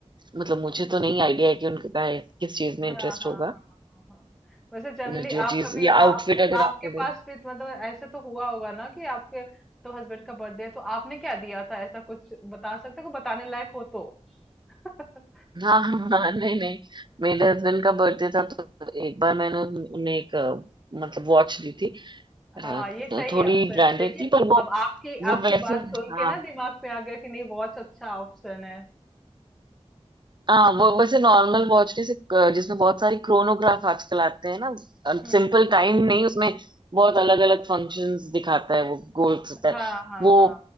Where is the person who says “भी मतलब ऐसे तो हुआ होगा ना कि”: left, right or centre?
Centre